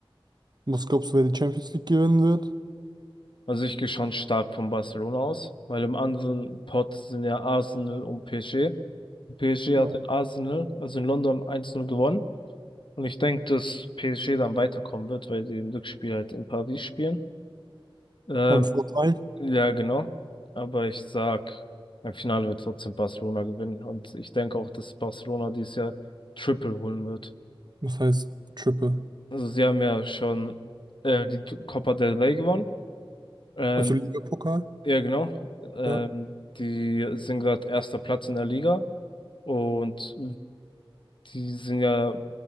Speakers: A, on the right; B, on the left.
A: Was glaubst du, wer die Champions League gewinnen wird?
B: Also ich gehe schon stark von Barcelona aus, weil im anderen Pot sind ja Arsenal und PSG. PSG
A: Ja.
B: hat in Arsenal, also in London eins 0 gewonnen. Und ich denke, dass PSG dann weiterkommen wird, weil die im Rückspiel halt in Paris spielen. Ähm,
A: Kein Vorteil.
B: ja, genau. Aber ich sag, im Finale wird trotzdem Barcelona gewinnen. Und ich denke auch, dass Barcelona dieses Jahr Triple holen wird.
A: Das heißt Triple.
B: Also sie haben ja schon äh, die Copa del Rey gewonnen. Ähm,
A: Also Ligapokal.
B: Ja, genau. Ähm,
A: Ja.
B: die sind gerade erster Platz in der Liga und die sind ja